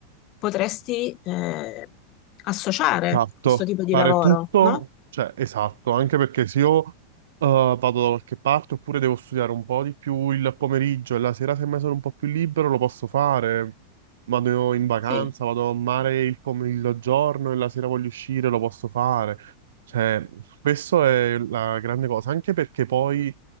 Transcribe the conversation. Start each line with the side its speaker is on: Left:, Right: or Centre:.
Left: potresti eh, associare
Right: Esatto,
Left: questo tipo di
Right: fare
Left: lavoro,
Right: tutto,
Left: no?
Right: cioè esatto, anche perché se io eh, vado da qualche parte oppure devo studiare un po' di più il pomeriggio e la sera semmai sono un po' più libero lo posso fare, vado in vacanza,
Left: Sì,
Right: vado a mare il pomeriggio giorno e la sera voglio uscire lo posso fare, cioè questo è la grande cosa, anche perché poi